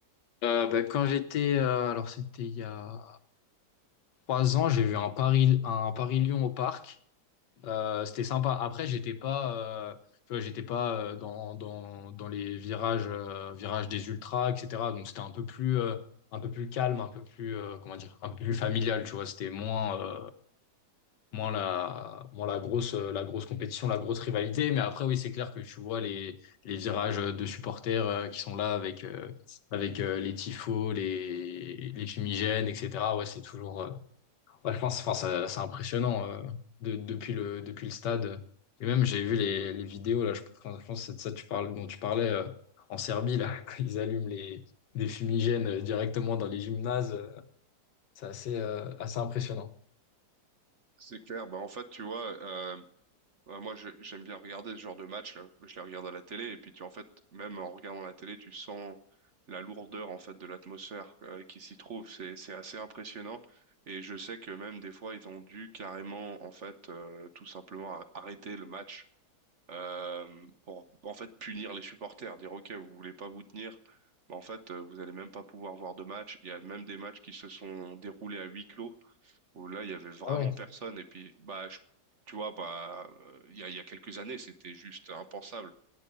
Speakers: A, on the left; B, on the right.
A: Euh, ben, quand j'étais, euh, alors c'était il y a trois ans, j'ai vu un Paris, un Paris-Lyon au parc. Euh, c'était sympa. Après, j'étais pas, euh, tu vois, j'étais pas euh, dans, dans, dans les virages, euh, virages des ultras, etc. Donc c'était un peu plus, euh, un peu plus calme, un peu plus, euh, comment dire, un peu plus familial, tu vois. C'était moins, euh, moins la, moins la grosse, euh, la grosse compétition, la grosse rivalité. Mais après, oui, c'est clair que tu vois les, les virages de supporters euh, qui sont là avec, euh, avec euh, les tifos, les, les fumigènes, etc. Ouais, c'est toujours, euh, ouais, je pense, enfin, ça- c'est impressionnant euh, de- depuis le, depuis le stade. Et même, j'ai vu les, les vidéos, là, je, enfin, je pense que c'est de ça que tu parles, dont tu parlais euh, en Serbie, là, <laughs> quand ils allument les, des fumigènes euh, directement dans les gymnases. euh, C'est assez, euh, assez impressionnant.
B: C'est clair. Bah en fait, tu vois. euh, Ouais, moi, je- j'aime bien regarder ce genre de match là. Je les regarde à la télé et puis tu en fait, même en regardant la télé, tu sens la lourdeur en fait de l'atmosphère euh, qui s'y trouve. C'est c'est assez impressionnant. Et je sais que même des fois, ils ont dû carrément en fait euh, tout simplement ar- arrêter le match euh, pour en fait punir les supporters, dire OK, vous voulez pas vous tenir, mais en fait, euh, vous allez même pas pouvoir voir de match. Il y a même des matchs qui se sont déroulés à huis clos où là, il y avait vraiment
A: Ah ouais.
B: personne. Et puis, bah, je- tu vois, bah, euh, il y a, il y a quelques années, c'était juste impensable